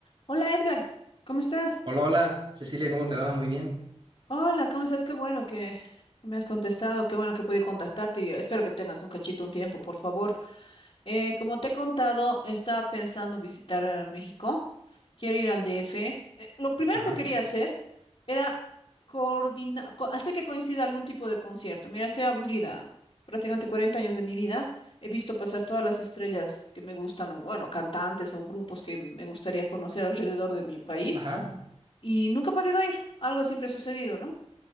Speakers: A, on the left; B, on the right.
A: Hola Edgar, ¿cómo estás?
B: Hola, hola, Cecilia, ¿cómo te va? Muy bien.
A: Hola, ¿cómo estás? Qué bueno que, que me has contestado, qué bueno que pude contactarte y espero que tengas un cachito, un tiempo, por favor. Eh, como te he contado, estaba pensando visitar eh, México, quiero ir al DF. Eh, lo primero
B: Ajá,
A: que quería hacer era coordinar, hacer que coincida algún tipo de concierto. Mira, estoy aburrida, prácticamente 40 años de mi vida, he visto pasar todas las estrellas que me gustan, o, bueno, cantantes o grupos que me gustaría conocer alrededor de mi país.
B: ajá,
A: y nunca he podido ir. Algo siempre ha sucedido, ¿no?